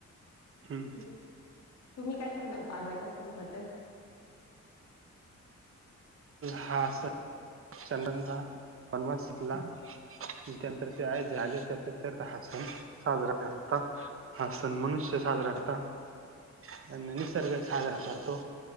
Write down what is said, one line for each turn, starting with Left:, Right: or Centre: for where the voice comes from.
Right: होत
Left: <inaudible> तुम्ही काय सांगाल पाडव्याच्या सणाबदल.
Right: हा सण <unintelligible> साधारणत <unintelligible> ला त्यानंतर ते हाय जे आले ते हा सण साजरा करता. हा सण मनुष्य साजरा करता, - आणि निसर्ग साजरा करतो